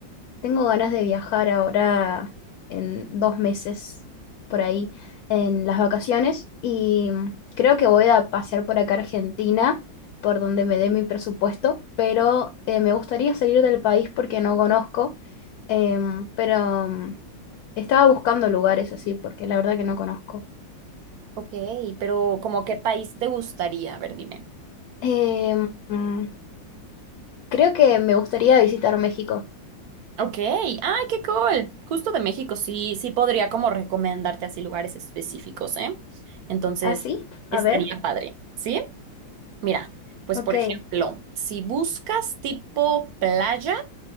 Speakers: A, on the left; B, on the right.
A: Tengo ganas de viajar ahora en dos meses por ahí en las vacaciones y creo que voy a pasear por acá a Argentina, por donde me dé mi presupuesto, pero eh, me gustaría salir del país porque no conozco, em, pero mm, estaba buscando lugares así porque la verdad que no conozco.
B: Ok, pero ¿como qué país te gustaría? A ver, dime.
A: Em, mm, creo que me gustaría visitar México.
B: Ok, ay, qué cool. Justo de México, sí, sí podría como recomendarte así lugares específicos, ¿eh? Entonces,
A: ¿Ah, sí?
B: estaría
A: A ver.
B: padre, ¿sí? Mira, pues
A: Ok.
B: por ejemplo, si buscas tipo playa,